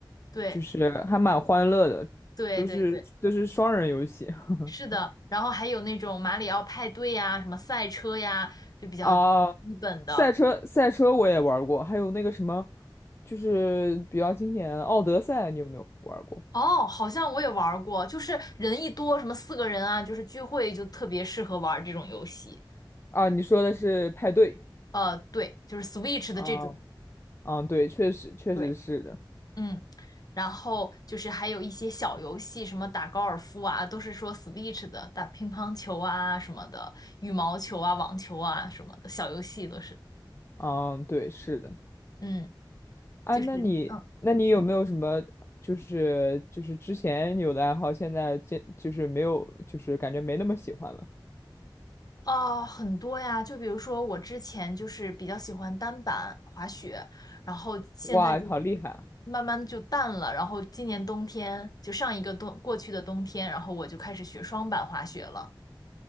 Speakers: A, on the left (about 50°); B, on the left (about 30°).
A: 对
B: 就是还蛮欢乐的，
A: 对对对，
B: 都是都是双人游戏。
A: 是的，
B: <laughs>
A: 然后还有那种马里奥派对呀，什么赛车呀，就比较基本的。
B: 啊，赛车赛车我也玩过，还有那个什么，就是比较经典的《奥德赛》，你有没有玩过？
A: 哦，好像我也玩过，就是人一多，什么四个人啊，就是聚会就特别适合玩这种游戏。
B: 啊，你说的是派对。
A: 呃，对，就是 Switch
B: 啊，
A: 的这种，
B: 嗯，对，确实确实是的。
A: 对，嗯。然后就是还有一些小游戏，什么打高尔夫啊，都是说 Switch 的，打乒乓球啊什么的，羽毛球啊、网球啊什么的小游戏都是，
B: 嗯，对，是的。
A: 嗯，
B: 啊，
A: 就是嗯
B: 那你，那你有没有什么，就是就是之前有的爱好，现在这就是没有，就是感觉没那么喜欢了？
A: 哦，很多呀，就比如说我之前就是比较喜欢单板滑雪，然后现在就
B: 哇，好厉害啊！
A: 慢慢就淡了，然后今年冬天就上一个冬过去的冬天，然后我就开始学双板滑雪了，